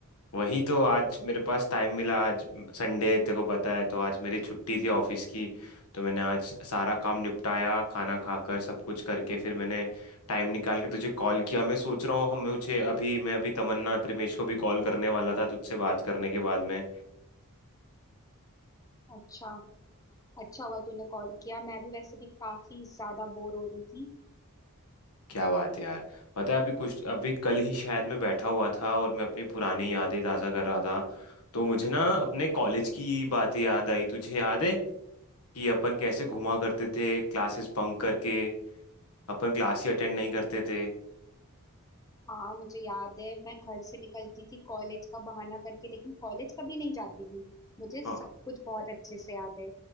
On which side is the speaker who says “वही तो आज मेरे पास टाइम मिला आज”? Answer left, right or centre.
Left